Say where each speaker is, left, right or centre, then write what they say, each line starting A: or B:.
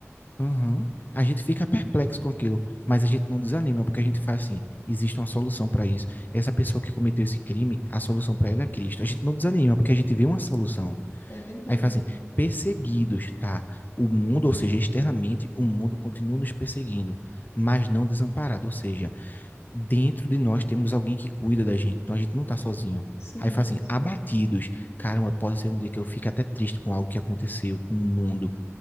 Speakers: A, on the left; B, on the left.
A: Aham. A gente fica perplexo com aquilo, mas a gente não desanima, porque a gente faz assim: existe uma solução para isso. Essa pessoa que cometeu esse crime, a solução para ele é Cristo. A gente não desanima, porque a gente vê uma solução.
B: É verdade.
A: Aí faz assim: perseguidos, tá? O mundo, ou seja, externamente, o mundo continua nos perseguindo, mas não desamparado. Ou seja, dentro de nós temos alguém que cuida da gente, então a gente não está sozinho.
B: Sim,
A: Aí faz assim:
B: sim.
A: abatidos. Caramba, pode ser um dia que eu fique até triste com algo que aconteceu, com o mundo